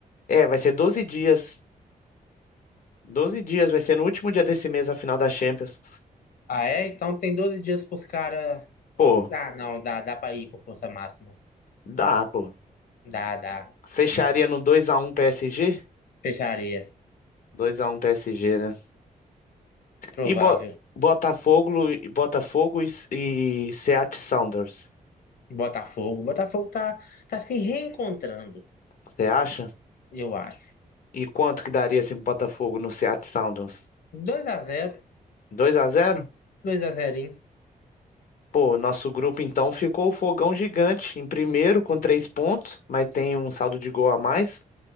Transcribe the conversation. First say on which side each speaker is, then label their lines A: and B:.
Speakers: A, on the left; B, on the left.
A: É, vai ser 12 dias. doze dias, vai ser no último dia desse mês a final da Champions.
B: Ah, é? Então tem 12 dias pros caras
A: Pô,
B: Ah, não, dá, dá pra ir com força máxima.
A: dá, pô.
B: Dá, dá.
A: Fecharia no 2x1 PSG?
B: Fecharia.
A: 2x1 PSG, né?
B: Provável.
A: E Bo- Botafogo, Botafogo e, e Seattle Sounders.
B: Botafogo. Botafogo tá, tá se reencontrando,
A: Você acha?
B: eu acho.
A: E quanto que daria esse Botafogo no Seattle Sounders?
B: Dois a zero,
A: dois a zero
B: dois a zero, hein?
A: Pô, nosso grupo então ficou o Fogão Gigante em primeiro com 3 pontos, mas tem um saldo de gol a mais.